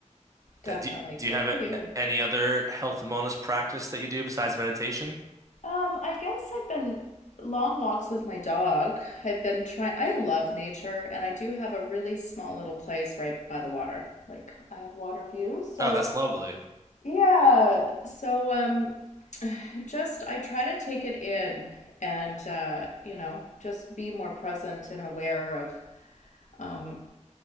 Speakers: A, on the left; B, on the right.
A: Definitely.
B: That do, do you
A: Good
B: have
A: for
B: a-
A: you.
B: any other health and wellness practice that you do besides meditation?
A: Um, I guess I've been long walks with my dog. I've been trying, I love nature, and I do have a really small little place right by the water. Like, I have water views, so
B: Oh, that's lovely.
A: Yeah. So um just I try to take it in and uh, you know, just be more present and aware of um